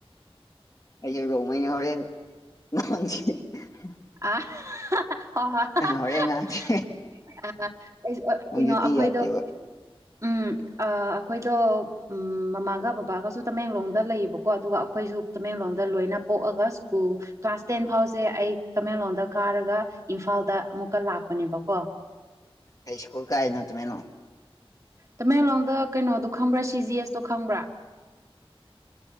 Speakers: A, on the left; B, on the right.
A: ꯑꯩꯁꯨ ꯔꯣꯡꯃꯩꯅꯦ ꯍꯣꯔꯦꯟ <unintelligible>
B: <unintelligible>
A: ꯍꯣꯔꯦꯟ ꯉꯥꯡꯁꯦ
B: ꯑ <unintelligible>
A: ꯍꯧꯖꯤꯛꯇꯤ
B: ꯀꯩꯅꯣ ꯑꯩꯈꯣꯏꯗꯣ
A: ꯌꯥꯗꯦꯕ
B: ꯎꯝ ꯑ ꯑꯩꯈꯣꯏꯗꯣ ꯎꯝ ꯃꯃꯥꯒ ꯕꯕꯥꯒꯁꯨ ꯇꯃꯦꯡꯂꯣꯡꯗ ꯂꯩꯌꯦꯕꯀꯣ ꯑꯗꯨꯒ ꯑꯩꯈꯣꯏꯁꯨ ꯇꯃꯦꯡꯂꯣꯡꯗ ꯂꯣꯏꯅ ꯄꯣꯛꯑꯒ ꯁ꯭ꯀꯨꯜ ꯀ꯭ꯂꯥꯁ ꯇꯦꯟ ꯐꯥꯎꯁꯦ ꯑꯩ ꯇꯃꯦꯡꯂꯣꯗ ꯀꯥꯔꯒ ꯏꯝꯐꯥꯜꯗ ꯑꯃꯨꯛꯀ ꯂꯥꯛꯄꯅꯦꯕꯀꯣ
A: ꯀꯩ ꯏꯁꯀꯨꯜ ꯀꯥꯏꯅꯣ ꯇꯃꯦꯡꯂꯣꯡ
B: ꯇꯃꯦꯡꯂꯣꯡꯗ ꯀꯩꯅꯣꯗꯣ ꯈꯪꯕ꯭ꯔꯥ ꯁꯤ ꯖꯤ ꯑꯦꯁꯇꯣ ꯈꯪꯕ꯭ꯔꯥ